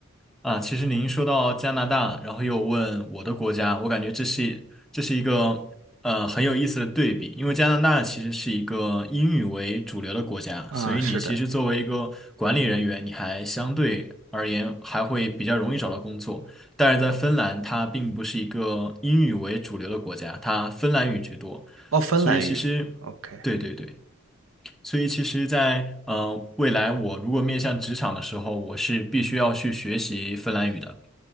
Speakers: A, in the centre; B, on the right.
A: 啊，其实您说到加拿大，然后又问我的国家，我感觉这是这是一个呃很有意思的对比，因为加拿大其实是一个英语为主流的国家，
B: 啊，
A: 所以你其实作为一个管理人员，
B: 是的，
A: 你还相对而言还会比较容易找到工作。但是在芬兰，它并不是一个英语为主流的国家，它芬兰语居多，
B: 哦，芬兰语，OK，
A: 所以其实对对对。所以其实在，呃未来，我如果面向职场的时候，我是必须要去学习芬兰语的。